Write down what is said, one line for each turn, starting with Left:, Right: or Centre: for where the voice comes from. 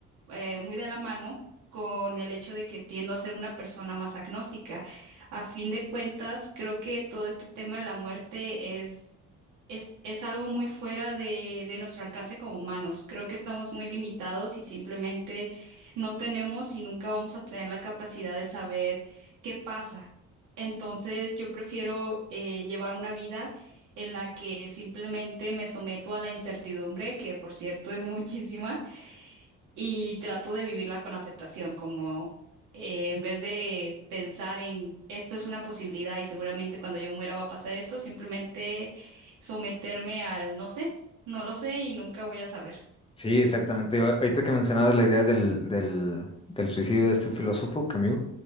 Right: eh, muy de la mano con el hecho de que tiendo a ser una persona más agnóstica. A fin de cuentas, creo que todo este tema de la muerte es es, es algo muy fuera de, de nuestro alcance como humanos. Creo que estamos muy limitados y simplemente no tenemos y nunca vamos a tener la capacidad de saber qué pasa. Entonces, yo prefiero eh, llevar una vida en la que simplemente me someto a la incertidumbre, que por cierto es <laughs> muchísima y trato de vivirla con aceptación, como eh, en vez de pensar en esto es una posibilidad y seguramente cuando yo muera va a pasar esto, simplemente someterme al no sé, no lo sé y nunca voy a saber.
Left: Sí, exactamente. Ahor- Ahorita que mencionabas la idea del, del, del suicidio de este filósofo, Camus,